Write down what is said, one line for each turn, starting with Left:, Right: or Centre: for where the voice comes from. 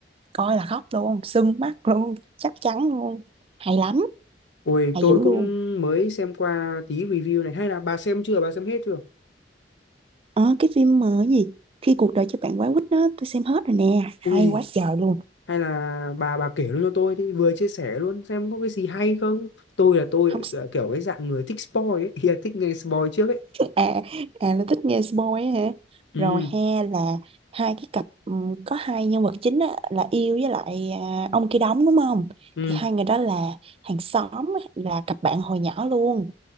Right: Coi là khóc luôn. Sưng mắt luôn. Chắc chắn luôn. Hay lắm.
Left: ôi
Right: Hay
Left: tôi
Right: dữ
Left: cũng
Right: luôn.
Left: mới xem qua tí review này, hay là bà xem chưa, bà xem hết chưa?
Right: Ờ, cái phim mà cái gì? Khi cuộc đời cho bạn quá quýt đó, tôi xem hết rồi nè. Hay
Left: Ui,
Right: quá trời luôn.
Left: hay là bà bà kể luôn cho tôi đi vừa chia sẻ luôn xem có cái gì hay không tôi là tôi
Right: Không
Left: là kiểu cái dạng người thích spoil ấy <laughs> yeah, thích nghe spoil trước ấy
Right: à à là thích nghe spoil ấy hả
Left: ừ
Right: rồi he là hai cái cặp ừm, có hai nhân vật chính á, là yêu với lại à, ông kia đóng đúng không
Left: ừ
Right: thì hai người đó là hàng xóm á, là cặp bạn hồi nhỏ luôn